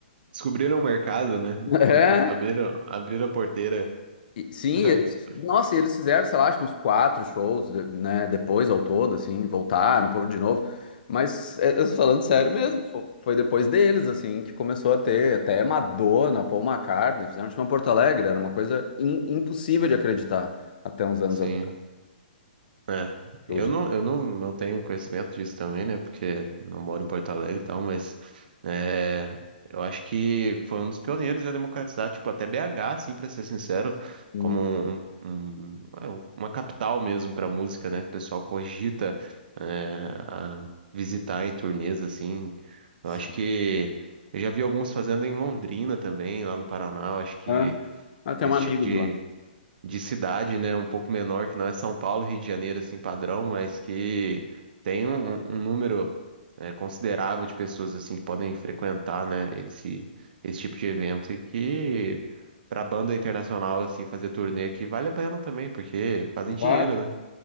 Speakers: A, on the right (about 55°); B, on the left (about 55°).
A: Descobriram o mercado, né?
B: <laughs>
A: Abriram, abriram a porteira.
B: E- Sim,
A: <laughs>
B: eles, nossa, e eles fizeram, sei lá, acho que uns quatro shows, de- né, depois ao todo, assim, voltaram, o povo de novo. Mas, é, eu tô falando sério mesmo, fo- foi depois deles, assim, que começou a ter até Madonna, Paul McCartney, fizeram show em Porto Alegre, era uma coisa im- impossível de acreditar até uns anos
A: Sim.
B: atrás.
A: É.
B: show
A: Eu
B: de-
A: não, eu não, não tenho conhecimento disso também, né? Porque não moro em Porto Alegre e tal, mas é, eu acho que foi um dos pioneiros a democratizar, tipo, até BH, assim, pra ser sincero,
B: Hum,
A: como um, um- um, é, uma capital mesmo pra música, né? Que o pessoal cogita é, a visitar em turnês, assim.
B: sim.
A: Eu acho que eu já vi alguns fazendo em Londrina também, lá no Paraná. Eu acho que
B: Ah, ah, tem
A: esse
B: um amigo
A: tipo de,
B: de lá.
A: de cidade, né, um pouco menor, que não é São Paulo, Rio de Janeiro, assim, padrão, mas que tem um, um número é, considerável de pessoas, assim, que podem frequentar, né, esse, esse tipo de evento e que para banda internacional, assim, fazer turnê aqui vale a pena também, porque fazem dinheiro,
B: Lá?
A: né?